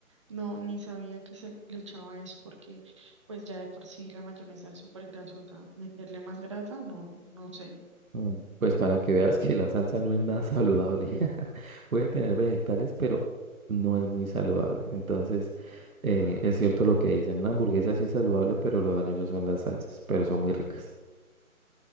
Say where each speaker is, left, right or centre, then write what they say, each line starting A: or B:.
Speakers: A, on the right; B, on the right.
A: no, ni sabía que se le echaba eso porque pues ya de por sí la mayonesa es súper grasosa. Meterle más grasa, no, no sé.
B: Mm, Pues para que veas que la salsa no es nada saludable. <laughs> Puede tener vegetales, pero no es muy saludable. Entonces, eh, es cierto lo que dicen. Una hamburguesa sí es saludable, pero lo dañoso son las salsas, pero son muy ricas.